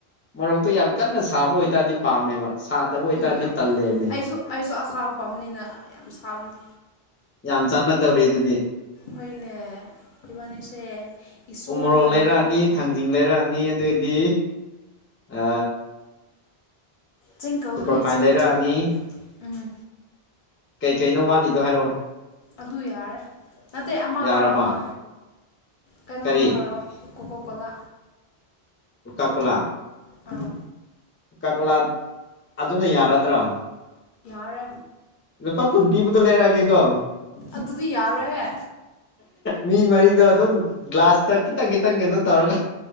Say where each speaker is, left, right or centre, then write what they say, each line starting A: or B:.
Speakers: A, on the left (about 20°); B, on the left (about 60°).
A: ꯃꯣꯔꯣꯛꯇꯣ ꯌꯥꯝ ꯀꯟꯅ ꯁꯥꯕ ꯑꯣꯏ ꯑꯣꯏꯇꯥꯔꯗꯤ ꯄꯥꯝꯃꯦꯕ ꯁꯥꯗꯕ ꯑꯣꯏꯇꯥꯔꯗꯤ
B: ꯎꯝ
A: ꯇꯜꯂꯦꯕꯅꯦ
B: ꯑꯩꯁꯨ ꯑꯩꯁꯨ ꯑꯁꯥꯕ ꯄꯥꯝꯅꯤꯅ ꯌꯥꯝ ꯁꯥꯕꯅꯤ
A: ꯌꯥꯝ ꯆꯥꯟꯅꯗꯧꯔꯤ ꯑꯗꯨꯗꯤ
B: ꯍꯣꯏꯅꯦ ꯏꯕꯥꯅꯤꯁꯦ ꯏꯁꯣꯔꯅ
A: ꯎꯃꯣꯔꯣꯛ
B: ꯇꯝꯕꯤꯔꯝ
A: ꯂꯩꯔꯛꯑꯅꯤ ꯊꯥꯡꯖꯤꯡ ꯂꯩꯔꯛꯑꯅꯤ ꯑꯗꯨ ꯗꯤ ꯑ
B: ꯆꯤꯡ ꯀꯧꯅꯨꯍꯦ
A: ꯁꯨꯄꯔ ꯐꯥꯏꯟ
B: ꯆꯤꯡ
A: ꯂꯩꯔꯛꯑꯅꯤ
B: ꯆꯤꯡ ꯎꯝ
A: ꯀꯩ ꯀꯩꯅꯣ ꯋꯥꯠꯂꯤꯗꯣ ꯍꯥꯏꯔꯛꯑꯣ
B: ꯑꯗꯨ ꯌꯥꯔꯦ ꯅꯠꯇꯦ ꯑꯃ
A: ꯌꯥꯔꯕ
B: ꯂꯧꯔꯥꯛ ꯑ ꯀꯩꯅꯣꯝꯃꯜ
A: ꯀꯔꯤ
B: ꯂꯔꯒ ꯀꯣꯀꯣ ꯀꯣꯂꯥ
A: ꯑꯣꯀꯥ ꯀꯣꯂꯥ
B: ꯑꯥ
A: ꯀꯛꯥ ꯑꯗꯨꯅ ꯌꯥꯔꯗ꯭ꯔꯥ
B: ꯌꯥꯔꯦ
A: ꯅꯨꯨꯄꯥ ꯀꯨꯠꯕꯤꯕꯨꯗ ꯂꯩꯔꯛꯑꯒꯦꯀꯣ
B: ꯑꯗꯨꯗꯤ ꯌꯥꯔꯣꯏꯍꯦ
A: ꯃꯤ ꯃꯔꯤꯗꯣ ꯑꯗꯨꯝ ꯒ꯭ꯂꯥꯁꯇ ꯈꯤꯇꯪ ꯈꯤꯇꯪ ꯀꯩꯅꯣ ꯇꯧꯔꯒ